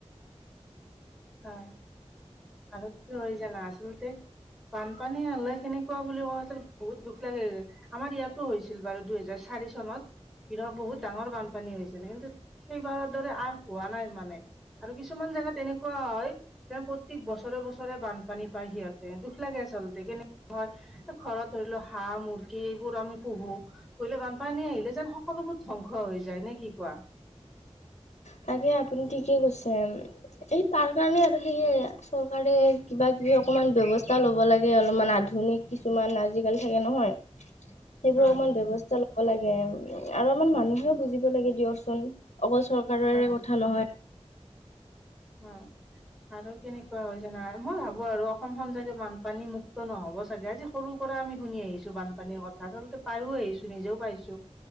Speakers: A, in the centre; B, on the left (about 75°).
A: আহ আৰু কি হৈ জানা? আচলতে বানপানী হ'লে কেনেকুৱা বুলি কোৱা আচলতে বহুত দুখ লাগে। আমাৰ ইয়াতো হৈছিল বাৰু দুহেজাৰ চাৰি চনত। ৰ বহুত ডাঙৰ বানপানী হৈছিল। কিন্তু সেইবাৰৰ দৰে আৰ হোৱা নাই মানে। আৰু কিছুমান জেগাত তেনেকু কুৱা হয় যে প্ৰত্যেক বছৰে বছৰে বানপানী পায় সিহঁতে। দুখ লাগে আচলতে কেনেকুৱা হয়। ঘৰত ধৰি লও হাঁহ-মুৰ্গী এইবোৰ আমি পুহো। লে বানপানী আহিলে যেন সকলোবোৰ ধ্বংস হৈ যায়, নে কি কোৱা?
B: তাকে, আপুনি ঠিকে কৈছে। এই তাৰ কাৰণে আৰু সেয়ে চৰকাৰে কিবা-কিবি অকণমান ব্যৱস্থা ল'ব লাগে। অলপমান আধ ধুনিক কিছুমান আজিকালি থাকে নহয়। সেইবোৰ
A: হয়
B: অকমান ব্যৱস্থা ল'ব লাগে। উ আৰু আমাৰ মানুহেও বুজিব লাগে দিয়চোন। অকল চ কাৰৰে
A: হয়
B: কথা নহয়।
A: <unintelligible> আৰু কেনেকুৱা হয় জানা মই ভাবো আৰু অসমখন চাগে বানপানী মুক্ত নহ'ব চাগে আজি সৰু পৰা আমি শুনি আহিছোঁ বানপানীৰ কথা আচলতে পাইও আহিছোঁ নিজেও পাইছোঁ।